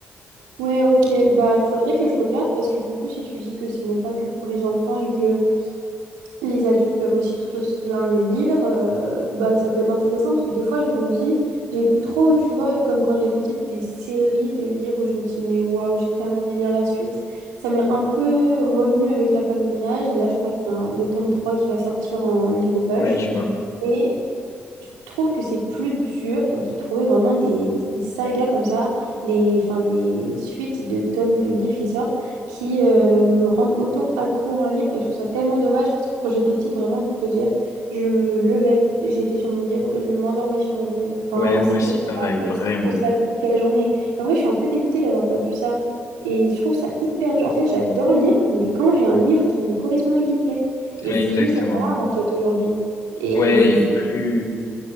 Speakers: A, on the right (about 80°); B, on the left (about 60°).
A: Ouais, ok. Bah il faudrait que je regarde parce que du coup, si tu dis que c'est même pas que pour les enfants et que Les adultes peuvent aussi tout aussi bien le lire, euh, bah, ça peut être intéressant parce que des fois je me dis, j'ai plus trop, tu vois, comme quand j'étais petite, des séries de livres où je me dis, mais waouh, j'ai tellement envie de lire la suite. Ça m'est un peu revenu avec La femme de ménage et là je crois qu'il y a un- le tome 3 qui va sortir en livre de poche.
B: Ouais, je vois.
A: Mais je trouve que c'est plus dur de trouver vraiment des, des sagas comme ça, des, enfin, des suites de tomes de livres qui sortent, qui euh, me rendent autant accro à un livre. Et je trouve ça tellement dommage parce que quand j'étais petite, vraiment, pour te dire, je me levais, j'étais sur mon livre, je m'endormais sur mon livre. Enfin,
B: Ouais, moi
A: c'était
B: aussi, pareil,
A: vraiment,
B: vraiment.
A: je faisais ça toute la journée. Et en vrai, je suis un peu dégoûtée d'avoir perdu ça. Et je trouve ça hyper dur. En fait, j'adore lire, mais quand j'ai un livre qui me correspond et qui me plaît. Et
B: Ouais,
A: c'est
B: exactement.
A: juste rare, en fait, aujourd'hui. Et
B: Ouais,
A: c'est...
B: et plus.